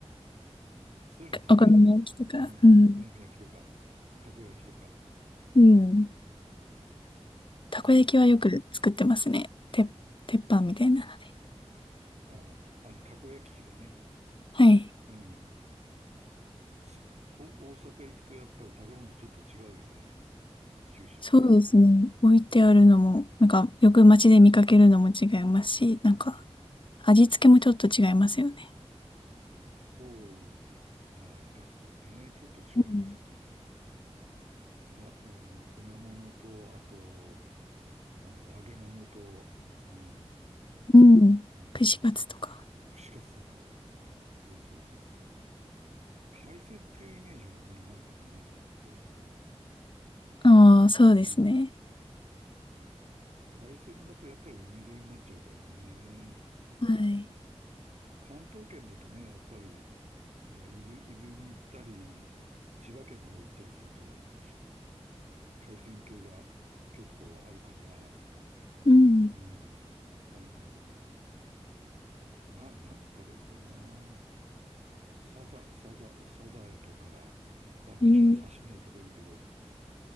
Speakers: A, on the right; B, on the left.
A: そういうの食べない。
B: お好み焼きとか。
A: うん。
B: うん。
A: お好み焼きとか、たこ焼きとか。
B: うん。たこ焼きはよく作ってますね。
A: ま、
B: て、鉄板みたいなので。
A: あ、あの、たこ焼き器でね。
B: はい。
A: うん。すこ大阪行くとやっぱり食べ物ちょっと違うよね。九州とは。
B: そうですね。置いてあるのも、なんか、よく街で見かけるのも違いますし、なんか、
A: うん。
B: 味付けもちょっと違いますよね。
A: そうなんですね。ちょっと違いますよね。
B: うん。
A: くだ、あの、粉物と、あと、なんだろう、揚げ物と、うん、
B: うん串カツとか。
A: うん、串カツとか。そうそうそうそう。海鮮っていうイメージはあんまりないかな、大阪は。
B: ああー、そうですね。
A: うん。海鮮だとやっぱり海沿いになっちゃうからね。
B: はい。
A: 関東圏だとね、やっぱりほら、伊豆、伊豆に行ったり、千葉県の方行ったりすると、海鮮系が結構あるから、
B: うん
A: うん。あのーな、何食べるかな。サザ、サザ、サザエとか、まあもちろん刺身は食べるけど、
B: えー